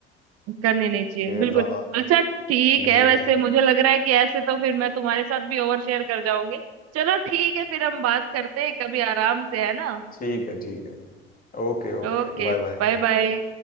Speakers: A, on the right; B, on the left.
A: करने नहीं चाहिए
B: शेयर
A: बिल्कुल
B: ज्यादा
A: अच्छा ठीक
B: नहीं
A: है वैसे
B: करनी चाहिए
A: मुझे लग रहा है कि ऐसे तो फिर मैं तुम्हारे साथ भी ओवर शेयर कर जाऊंगी चलो ठीक है फिर हम बात करते हैं कभी आराम से है ना
B: <laughs> ठीक है ठीक है Okay okay
A: Okay
B: bye bye
A: bye bye